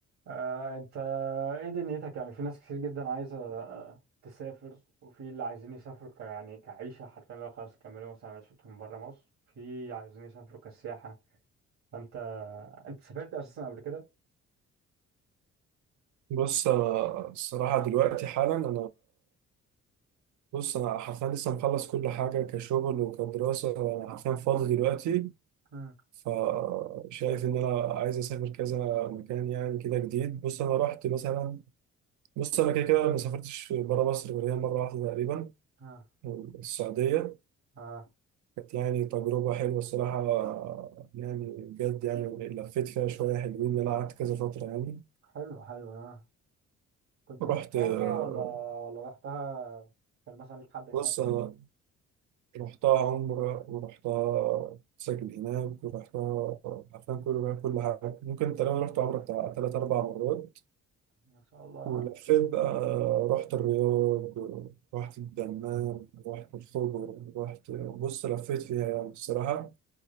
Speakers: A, on the right; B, on the right.
A: آه، انت ايه دنيتك يعني في ناس كتير جدا عايزة آه، تسافر وفي اللي عايزين يسافروا ك... يعني كعيشة حرفيا لو خلاص كملوا مثلا عيشتهم برا مصر في عايزين يسافروا كسياحة انت انت سافرت اساسا قبل كده؟
B: بص آه، الصراحة دلوقتي حالا أنا بص أنا حرفيا لسه مخلص كل حاجة كشغل وكدراسة أنا حرفيا فاضي دلوقتي
A: امم
B: فشايف إن أنا عايز أسافر كذا مكان يعني كده جديد بص أنا رحت مثلا بص أنا كده كده ما سافرتش برا مصر غير هي مرة واحدة تقريبا
A: اه
B: السعودية
A: اه
B: كانت يعني تجربة حلوة الصراحة آه، يعني بجد يعني لفيت فيها شوية حلوين إن أنا قعدت كذا فترة يعني
A: حلو حلو اه كنت
B: رحت
A: رحت
B: آه،
A: عمرة ولا ولا رحتها كان مثلا ليك حد هناك
B: بص أنا
A: او
B: رحتها عمرة ورحتها ساكن هناك ورحتها عارفين كل كل حاجة ممكن
A: كده؟
B: تقريبا رحت عمرة بتاع تلات أربع مرات
A: ما شاء الله
B: ولفيت
A: اه
B: بقى رحت الرياض رحت الدمام رحت الخبر رحت بص لفيت فيها يعني الصراحة